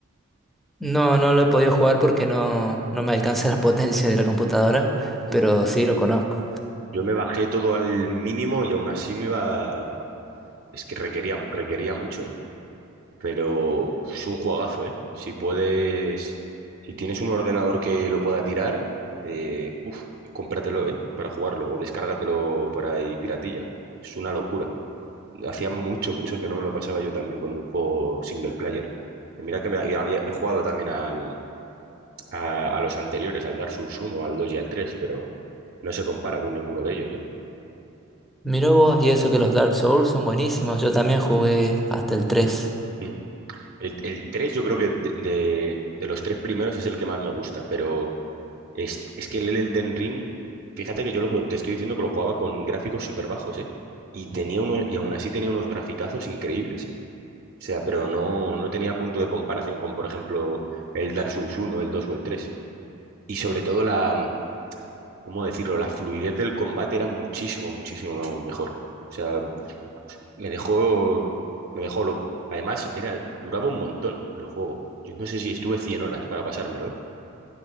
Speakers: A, in the centre; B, on the right (about 45°).
A: No, no lo he podido jugar porque no, no me alcanza la potencia de la computadora,
B: Uy,
A: pero sí lo conozco.
B: Yo me bajé todo al mínimo y aún así me iba... Es que requería, requería mucho, ¿eh? pero es un juegazo, ¿eh? Si puedes, si tienes un ordenador que lo pueda tirar, eh, uf, cómpratelo, ¿eh? Para jugarlo o descárgatelo por ahí piratilla. Es una locura. Hacía mucho, mucho que no me lo pasaba yo también con un juego single player. Y mira que me- y había he jugado también al, a, a los anteriores, al Dark Souls uno, al 2 y al 3, pero no se compara con ninguno de ellos, ¿eh?
A: Mirá vos, y eso que los Dark Souls son buenísimos. Yo también jugué hasta el tres,
B: Mm. El, el 3 yo creo que de, de- de los tres primeros es el que más me gusta, pero Es, es que el Elden Ring, fíjate que yo lo, ju- te estoy diciendo que lo jugaba con gráficos súper bajos, ¿eh? Y tenía uno, y aún así tenía unos graficazos increíbles, ¿eh? O sea, pero no, no tenía punto de comparación con, por ejemplo, el Dark Souls uno el 2 o el tres Y sobre todo la, ¿cómo decirlo? La fluidez del combate era muchísimo, muchísimo mejor. O sea, me dejó, me dejó loco. Además, era, duraba un montón el juego. Yo no sé si estuve 100 horas para pasármelo, ¿eh?